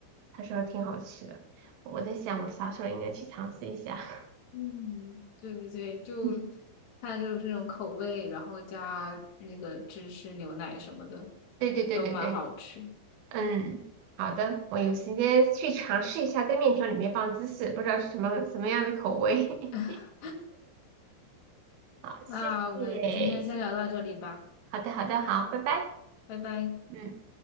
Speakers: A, on the right; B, on the left.
A: 他说挺好吃的，我在想我啥时候应该去尝试一下。
B: 嗯，对对对，就
A: <laughs>
B: 它就是这种口味，然后加那个芝士牛奶什么的，
A: 对对对对对，
B: 都蛮好吃。
A: 嗯，好的，我有时间去尝试一下在面条里面放芝士，不知道是什么什么样的口味。<laughs>
B: <laughs>
A: 好，谢谢，
B: 那我们今天先聊到这里吧，
A: 谢谢，好的好的，好，拜拜。
B: 拜拜。
A: 嗯，